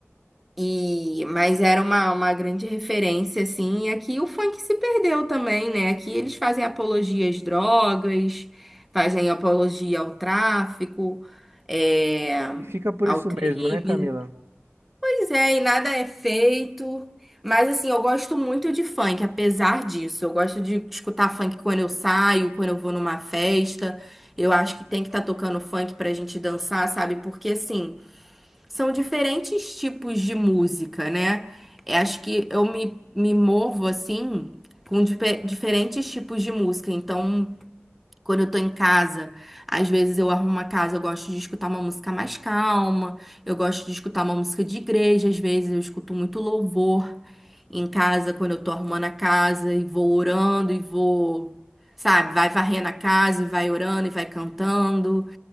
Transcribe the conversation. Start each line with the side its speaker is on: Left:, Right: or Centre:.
Centre: E mas era uma, uma grande referência assim. E aqui o funk se perdeu também, né? Aqui eles fazem apologia às drogas, fazem apologia ao tráfico, é,
Right: E fica por
Centre: ao
Right: isso
Centre: crime.
Right: mesmo, né, Camila?
Centre: Pois é, e nada é feito. Mas assim, eu gosto muito de funk, apesar disso. Eu gosto de escutar funk quando eu saio, quando eu vou numa festa. Eu acho que tem que estar tocando funk pra gente dançar, sabe? Porque assim, são diferentes tipos de música, né? Eu acho que eu me, me movo assim com dife- diferentes tipos de música. Então, quando eu tô em casa, às vezes eu arrumo uma casa, eu gosto de escutar uma música mais calma, eu gosto de escutar uma música de igreja, às vezes eu escuto muito louvor em casa, quando eu tô arrumando a casa e vou orando e vou, sabe, vai varrendo a casa e vai orando e vai cantando.